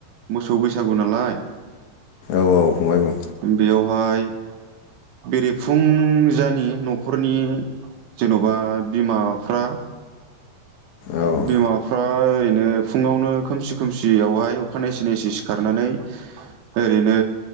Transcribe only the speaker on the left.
औ औ फंबाय बुं?
औ औ